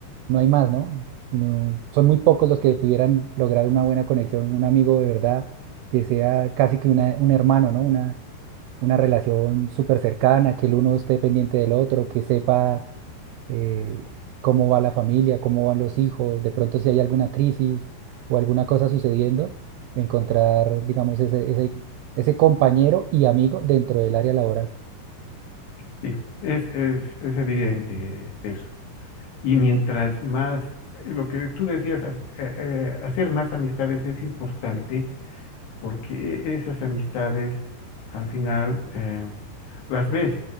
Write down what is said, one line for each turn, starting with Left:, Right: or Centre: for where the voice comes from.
Right: no hay más, ¿no? No, son muy pocos los que pudieran lograr una buena conexión, un amigo de verdad, que sea casi que una- un hermano, ¿no? Una, una relación súper cercana, que el uno esté pendiente del otro, que sepa eh, cómo va la familia, cómo van los hijos, de pronto si hay alguna crisis o alguna cosa sucediendo, encontrar, digamos, ese, ese, ese compañero y amigo dentro del área laboral.
Left: Sí, es, es, es evidente eso. Y mientras más, eh, lo que tú decías, ha- eh, eh, hacer más amistades es importante porque e, esas amistades al final eh, las ves